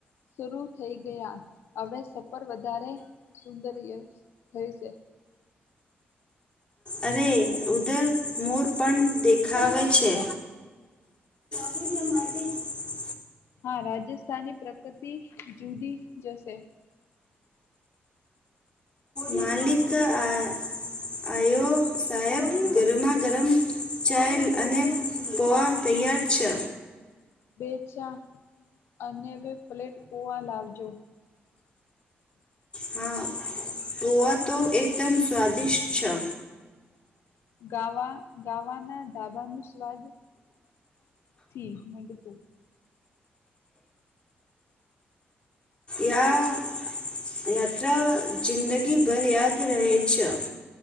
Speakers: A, on the left (about 85°); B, on the left (about 25°).
A: શરૂ થઈ ગયા હવે સફર વધારે સુંદરય થઈ છે.
B: અરે ઉધર મોર પણ દેખાવે છે. <inaudible> <unintelligible>
A: હા રાજસ્થાની પ્રકૃતિ જુદી જશે,
B: માલિક આ આયો સાહેબ ગરમા ગરમ ચાય અને પોવા તૈયાર છે.
A: બે ચા અને બે પ્લેટ પોવા લાવજો.
B: હા પોવા તો એકદમ સ્વાદિષ્ટ છે.
A: ગાવા ગાવાના ડાબાનુ સ્વાદ <unintelligible>
B: યા યાત્રા જિંદગીભર યાદ રહે છે.